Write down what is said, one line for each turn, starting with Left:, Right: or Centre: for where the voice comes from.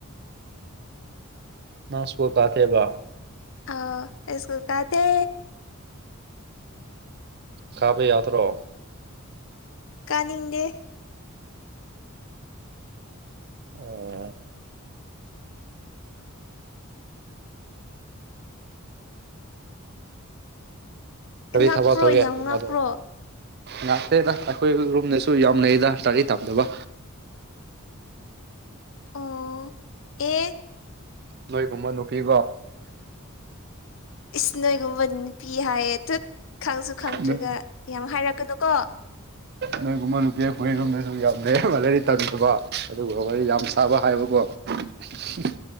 Right: ꯅꯁꯕꯨꯣ ꯀꯥꯊꯦꯕ
Left: ꯑ ꯏꯁꯀꯨꯜ ꯀꯥꯗ
Right: ꯀꯥꯕꯩ ꯌꯥꯠꯇ꯭ꯔꯣ
Left: ꯀꯥꯅꯤꯡꯗꯦ
Right: ꯑꯣ ꯀꯔꯤ
Left: ꯉꯛꯄ꯭ꯔꯣ
Right: ꯊꯕ ꯊꯣꯛꯒꯦ
Left: ꯌꯥꯝ
Right: ꯍꯥꯏꯕꯅꯣꯗꯣ
Left: ꯉꯛꯄ꯭ꯔꯣ
Right: ꯉꯥꯛꯇꯦꯗ ꯑꯩꯈꯣꯏ ꯔꯨꯝꯗꯁꯨ ꯌꯥꯝ ꯂꯩꯩꯗ ꯂꯥꯔꯤ ꯇꯥꯗꯕ
Left: ꯑꯣ ꯑꯦ
Right: ꯅꯣꯏꯒꯨꯝꯕ ꯅꯨꯄꯤꯀꯣ
Left: ꯏꯁ ꯅꯣꯏꯒꯨꯝꯕ ꯅꯨꯄꯤ ꯍꯥꯏꯌꯦ ꯊꯨꯠ ꯈꯪꯁꯨ ꯈꯪꯗ꯭ꯔꯒ
Right: ꯅꯣꯏ
Left: ꯌꯥꯝ ꯍꯥꯏꯔꯛꯀꯗꯣ ꯀꯣ <inaudible>
Right: ꯅꯣꯏꯒꯨꯝꯕ ꯅꯨꯄꯤ ꯑꯩꯈꯣꯏꯔꯣꯝꯗꯁꯨ ꯌꯥꯝ ꯂꯩꯕ ꯂꯩꯥꯏꯔꯤ ꯇꯟꯗꯕ ꯑꯗꯨꯒ ꯋꯥꯔꯤꯣꯏ ꯌꯥꯝ ꯁꯥꯕ ꯍꯥꯏꯕꯀꯣ <inaudible>